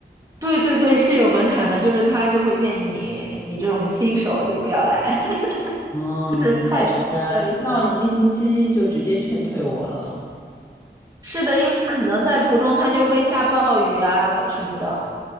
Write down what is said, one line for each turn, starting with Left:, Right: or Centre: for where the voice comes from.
Right: 对对对，是有门槛的，就是他就会建议你，你这种新手就不要来。
Left: 嗯，
Right: 就是菜的，
Left: 对啊，
Right: 对吧？
Left: 听到一个星期就直接劝退我了。
Right: 是的，因为可能在途中它就会下暴雨啊什么的。